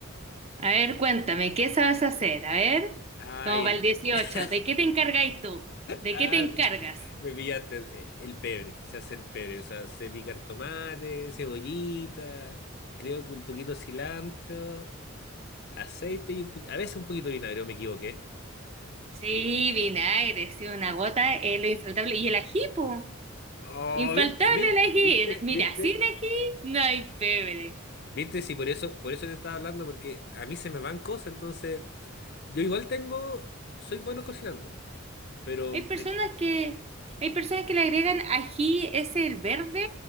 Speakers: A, on the right; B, on the left.
A: A ver, cuéntame, ¿qué sabes hacer? A ver,
B: Ay,
A: como para
B: el...
A: el 18,
B: <laughs>
A: ¿de qué te encargáis tú? ¿De
B: Ah,
A: qué te encargas?
B: me pillaste, eh, el pebre, se hace el pebre, o sea, sé picar tomate, cebollita, creo que un poquito de cilantro, aceite y un poqu- a veces un poquito de vinagre, me equivoqué.
A: Sí, vinagre, sí, una gota es lo infaltable. ¿Y el ají, po?
B: Oh,
A: Infaltable
B: vi- vi-
A: el ají.
B: viste,
A: Mira,
B: viste,
A: sin ají no hay pebre.
B: viste, sí, por eso, por eso te estaba hablando, porque a mí se me van cosas, entonces yo igual tengo, soy bueno cocinando, pero
A: Hay
B: me,
A: personas que, hay personas que le agregan ají, es el verde,